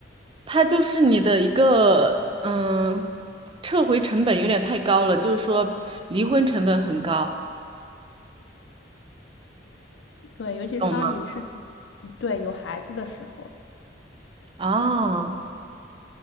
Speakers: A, on the right; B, on the left.
A: 它就是你的一个，嗯，撤回成本有点太高了，就是说离婚成本很高。
B: 对，尤其是当你是
A: 懂吗？
B: 一对有孩子的时候，
A: 啊，